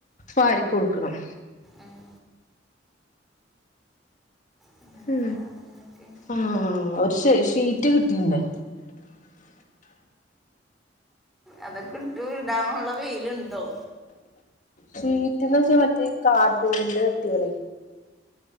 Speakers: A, on the left; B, in the centre.
A: വാരി കൊടുക്കണം.
B: ആഹ് പിന്നെ
A: ഉ
B: വേറെന്തൊക്കെ
A: ആഹ് ഒരു ഷീറ്റ് കിട്ടിണ്ല്ലേ
B: അതൊക്കെട്ട് വിടാനുള്ള വെയിലുണ്ടോ
A: ഷീറ്റ് ന്ന് വച്ചാ മറ്റേ കാ സ്കൂളിന്റെ വ്യക്തികളെ